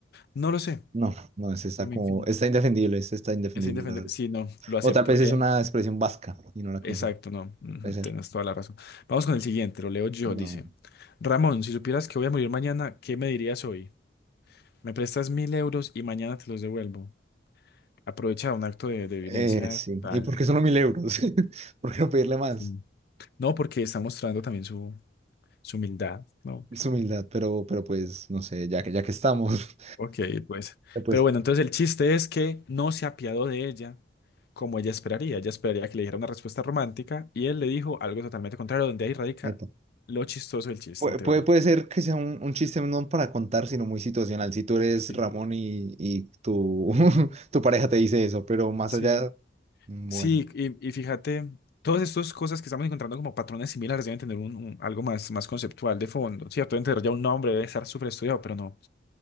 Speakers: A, on the left; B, on the right.
A: No lo sé,
B: No, no, es está
A: a mí
B: como,
A: infinito.
B: está indefendible, es está indefendible,
A: Es indefendible.
B: la verdad.
A: Sí, no, lo acepto.
B: O tal vez
A: Eh,
B: es una
A: no.
B: expresión vasca y no la conocemos.
A: Exacto, no. Ujú,
B: Puede ser.
A: Tienes toda la razón. Vamos con el siguiente, lo leo yo,
B: No.
A: dice. Ramón, si supieras que voy a morir mañana, ¿qué me dirías hoy? Me prestas mil euros y mañana te los devuelvo. Aprovecha un acto de, de violencia
B: Eh, sí.
A: tal.
B: ¿Y por qué solo mil euros? <laughs> ¿Por qué no pedirle más?
A: Sí. No, porque está mostrando también su, su humildad, ¿no?
B: Es humildad, pero, pero pues, no sé, ya que, ya que estamos,
A: Ok, pues.
B: <laughs> eh, pues,
A: Pero bueno, entonces el chiste es que no se apiadó de ella como ella esperaría. Ella esperaría que le dijera una respuesta romántica y él le dijo algo totalmente contrario, donde ahí radica
B: epa.
A: lo chistoso del chiste,
B: Pu-
A: en teoría.
B: Puede, puede ser que sea un, un chiste no para contar, sino muy situacional. Si tú eres
A: Sí.
B: Ramón y, y tu, <laughs> tu pareja te dice eso, pero más
A: Sí.
B: allá, mm, bueno.
A: Sí, y, y fíjate, todas estas cosas que estamos encontrando como patrones similares deben tener un, un- algo más, más conceptual de fondo, ¿cierto? Deben tener ya un nombre, debe estar súper estudiado, pero no.